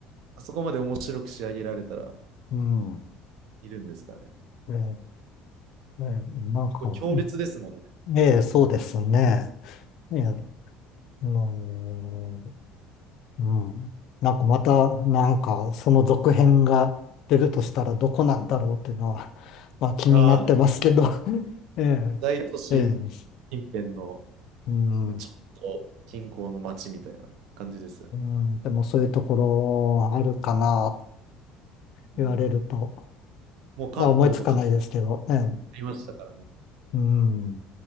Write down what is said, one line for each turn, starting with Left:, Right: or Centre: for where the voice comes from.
Right: あそこまで面白く仕上げられたら
Left: うん。
Right: いるんですかね。
Left: ええ、ええ、なんか、
Right: 構強烈ですもんね。
Left: うんええ、そうですね。ええ、あのーうん。なんかまた、なんか、その続編が出るとしたらどこなんだろうっていうのは、<laughs> まあ気になってますけど。
Right: ああ、
Left: <laughs> ええ、
Right: 大都市
Left: ええ、
Right: 近辺の
Left: うん。
Right: ちょっと近郊の町みたいな感じですよ。
Left: うん、でもそういうところあるかな
Right: うん
Left: 言われると、
Right: もう関東と変わ
Left: まあ思いつかないですけどね。
Right: りましたからね。
Left: うん。